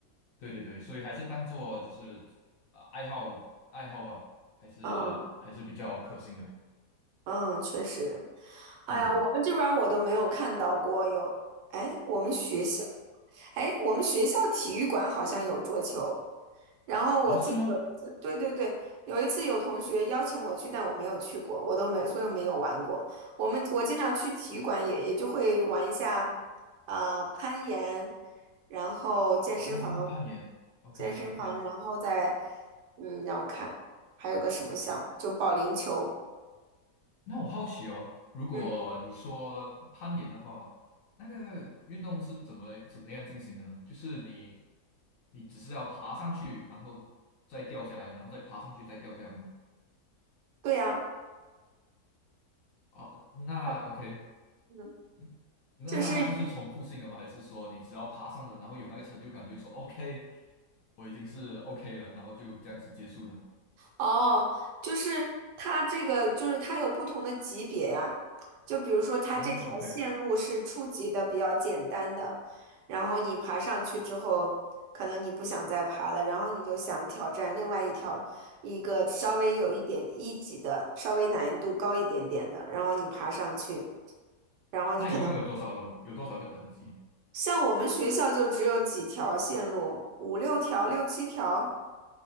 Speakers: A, on the left (about 70°); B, on the right (about 80°).
A: 对对对，所以还是当做就是呃爱好爱好吧，还是还是比较可信的。
B: 嗯嗯，确实。哎呀，
A: 对对对，
B: 我们这边儿我都没有看到过有，哎，我们学校。哎，我们学校体育馆好像有桌球，然后我记得有一次对对对，
A: 哦，是吗？
B: 有一次有同学邀请我去，但我没有去过，我都没有，所以我没有玩过。我们我经常去体育馆也也就会玩一下，呃，攀岩，然后健身房，
A: 啊，攀岩，OK
B: 健身房，
A: OK。
B: 然后再，嗯，让我看还有个什么项目，就保龄球，
A: 那我好奇哦，如果你说攀岩的话，
B: 嗯，
A: 那个运动是怎么怎么样进行的呢？就是你你只是要爬上去，然后再掉下来，然后再爬上去，再掉下来吗？
B: 对呀，
A: 哦，那
B: 它
A: OK，
B: 嗯，
A: 嗯那那那就是重复性的吗？
B: 就是。
A: 还是说你只要爬上了，然后有那个成就感，就说 OK，我已经是 OK 了，然后就这样子结束呢？
B: 哦，就是它这个，就是它有不同的级别呀。就比如说，它这条线路是初级的，
A: 啊，OK，
B: 比较简单的，然后你爬上去之后，可能你不想再爬了，然后你就想挑战另外一条，一个稍微有一点一级的，稍微难度高一点点的，然后你爬上去，然后你可能
A: 那一共有多少有多少个等级？
B: 像我们学校就只有几条线路，五六条、六七条。